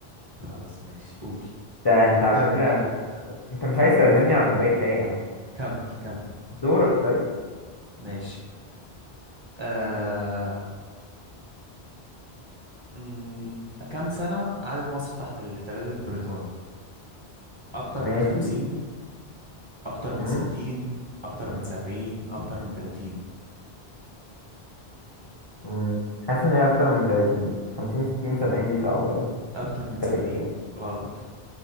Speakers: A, on the right; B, on the left.
A: خلاص ماشي قول
B: ده انت على
A: كمل
B: فكرة انت انت مش عايز تعزمني على كوباية شاي يا عم
A: كمل كمل
B: دورك طيب
A: ماشي آه... مم، كام سنة قعدت مصر تحت الاحتلال البريطاني أكتر
B: ماشي
A: من خمسين أكتر من
B: مم.
A: ستين أكتر من سبعين أكتر من تلاتين
B: مم. حاسس ان هي اكتر من 30 50 60 70 دي صعبة اوي
A: أكتر من سبعين
B: 30
A: غلط